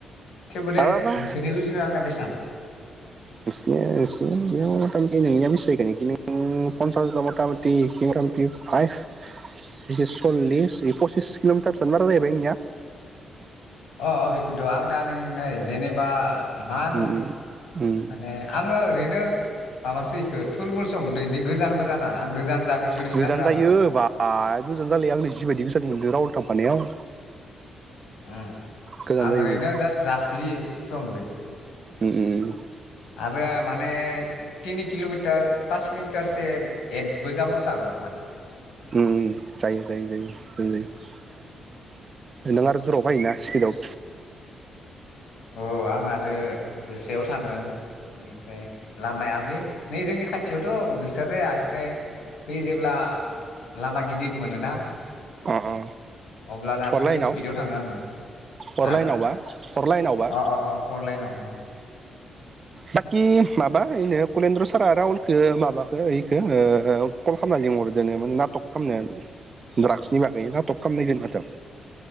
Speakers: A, on the left (about 80°); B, on the right (about 45°).
A: थेवबो
B: माबाबा
A: दे नोंसोरनि रुजुनायाव आंना बेसेबां
B: नोंसिनिया नोंसिनिया बेयाव मथामथि नोंनिया बेसे जाहैगोन बेखै नों फन्सासबा मथामथि एखै मथामथि फाइभ सल्लिस बे पसिस किल'मिटारफोरानो बारा जाहैबाय नोंनिया।
A: अ अ बेखोन्थ' आंना नों नाय जेनेबा इमान
B: उम उम
A: माने आंङो ओरैनो माबासो एखो थुलमुलसो हमबावदों बेनि गोजानबो जानो आं गोजान जागोन गोदोसो
B: गोजान
A: नांदों आं
B: जायो
A: आरो
B: बा गोजान जालाया आंङो जिबायदि गोजान मोनदों राहुल थांफानायाव।
A: उम
B: गोजान
A: आं
B: जायो
A: ओरैनो
B: बहुद
A: जास्ट राफलिसो हमदो।
B: उम उम।
A: आरो माने तिनि किल'मिटार पास किल'मिटारसे एदबो जाबावनोसो हागौ माने।
B: उम जायो-जायो-जायो नों आरो ज'राव फायोना स्पिडआव
A: अ आं आरो गोसायाव थांङो इनिफ्राय लामाया बे नै जोंनि खाथियावथ' गोसा जाया ओमफ्राय बै जेब्ला लामा गिदिर मोनोना
B: अ अ
A: अब्लानासो
B: फर लाइनाव
A: स्पिडआव थांङो आंङो।
B: फर
A: हा?
B: लाइनावबा फर लाइनावबा
A: अ-अ-अ फरलाइनाव। <inaudible>
B: बाखि माबा ऐनो कलेन्द्र सारआ राहुलखौ माबाखो ऐखो ओ कल खालामना लिंहरदोनो माने नटक खालामनो द्राग्सनि बागै नटक खालामनाय जायोनो माथो?